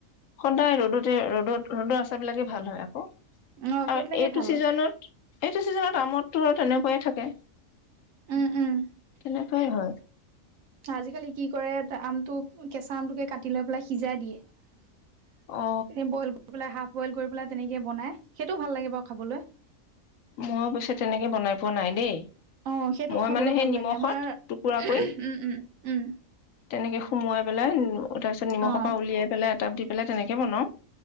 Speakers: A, on the left; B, on the right.
A: সদায় ৰ'দত ৰ'দত ৰ'দৰ আচাৰ বিলাকে ভাল হয় আকৌ।
B: অ' সেইবিলাকে
A: আৰু এইটো
B: ভাল
A: ছিজনত চিজনত আমৰতটো আৰু তেনেকুৱাই থাকে।
B: উম উম।
A: তেনেকাই হয়।
B: আজিকালি কি কৰে আমটো কেঁচা আমটোকে কাটি লৈ পেলাই সিজাই দিয়ে। এ
A: অ
B: বইল কৰি পেলাই হাফ বইল কৰি পেলাই তেনেকে বনাই সেইটো ভাল লাগে বাৰু খাবলৈ।
A: মই অৱশ্যে তেনেকে বনাই পোৱা নাই দেই।
B: অ সেইটো
A: মই
B: খাবলৈ
A: মানে সেই
B: ভাল
A: নিমখত
B: লাগে আমাৰ
A: টুকুৰা কৰি
B: উম উম উম।
A: তেনেকে সুমুৱাই পেলাই। তাৰ পিছ নিমখৰ
B: অ
A: পৰা উলিয়াই পেলাই। কাটি পেলাই তেনেকে বনাও।